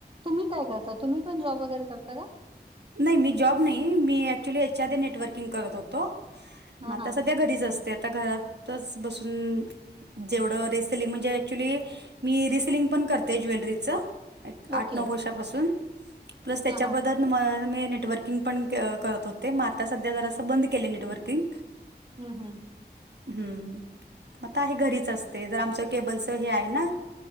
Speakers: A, on the right; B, on the right.
A: ी काय करता तुम्ही पण जॉब वगैरे करता का
B: नाही मी जॉब नाही मी ऍक्च्युली याच्या आधी नेटवर्किंग करत होतो
A: हां,
B: म आता
A: हां.
B: सध्या घरीच असत ते आता घरातच बसून जेवढं रिसेलिंग म्हणजे ऍक्च्युली मी रिसेलिंग पण करते ज्वेलरीचं. आठ
A: ओके.
B: नऊ वर्षापासून प्लस त्याच्याबद्दल
A: हां, हां.
B: मी नेटवर्किंग पण करत होते म आता सध्या जरासं अस बंद केलं नेटवर्किंग.
A: हम् हम्
B: हम् आता हे घरीच असते जर आमचं केबलचं हे आहे ना